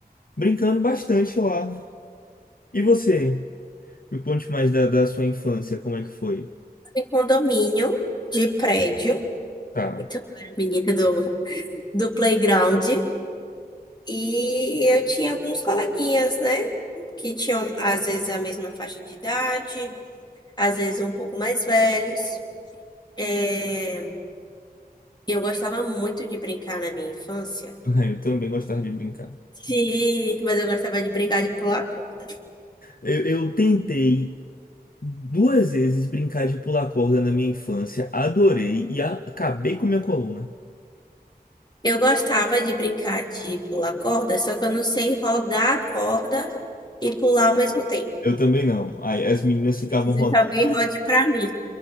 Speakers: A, on the left; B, on the left.
A: brincando bastante lá. E você? Me conte mais da, da sua infância, como é que foi?
B: Em condomínio, de prédio.
A: Tá.
B: Então, eu era menina do, do playground. E eu tinha alguns coleguinhas, né? Que tinham, às vezes, a mesma faixa de idade, às vezes um pouco mais velhos. É, E eu gostava muito de brincar na minha infância.
A: <laughs> Eu também gostava de brincar.
B: Sim, mas eu gostava de brincar de pular corda.
A: Eu, eu tentei duas vezes brincar de pular corda na minha infância, adorei e a- acabei com minha coluna.
B: Eu gostava de brincar de pular corda, só que eu não sei rodar a corda e pular ao mesmo tempo.
A: Eu também não. Aí as meninas ficavam
B: Preciso
A: rodando.
B: que alguém rode pra mim.